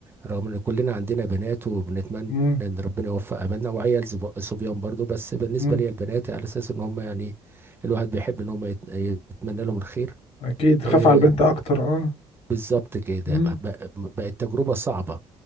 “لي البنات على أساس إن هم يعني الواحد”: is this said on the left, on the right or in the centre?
Right